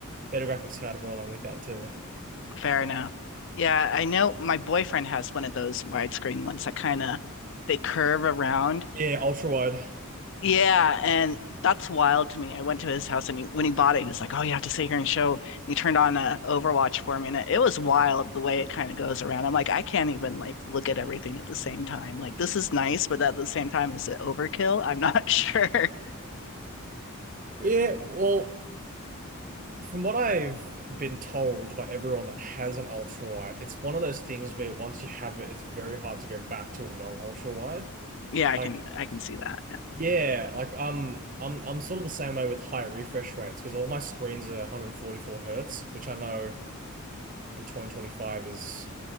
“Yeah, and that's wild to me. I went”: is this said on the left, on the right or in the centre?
Left